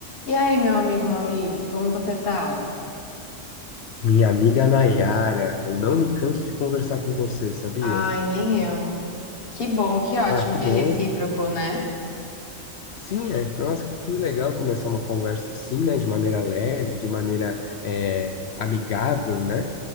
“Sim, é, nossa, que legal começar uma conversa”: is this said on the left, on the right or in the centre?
Left